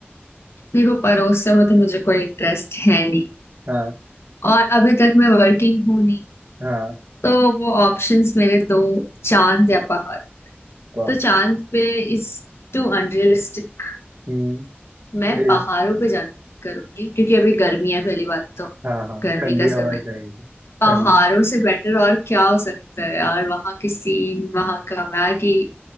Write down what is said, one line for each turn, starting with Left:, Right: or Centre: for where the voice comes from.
Left: देखो परोसा में तो मुझे कोई इंटरेस्ट है नहीं
Right: हाँ
Left: और अभी तक मैं वर्किंग हूं नहीं
Right: हाँ
Left: तो वो ऑप्शंस मेरे दो चांद या पहाड़
Right: वाह
Left: तो चांद पे इज टू अनरियलिस्टिक
Right: हम्म
Left: मैं
Right: ये-
Left: पहाड़ों पे जाना पसंद करूंगी क्योंकि अभी गर्मी है पहली बात तो
Right: हाँ हाँ
Left: गर्मी
Right: ठंडी
Left: का समय
Right: हवा चाहिए
Left: पहाड़ों
Right: ठंड
Left: से बेटर और क्या हो सकता है यार वहां की सीन वहां का मैगी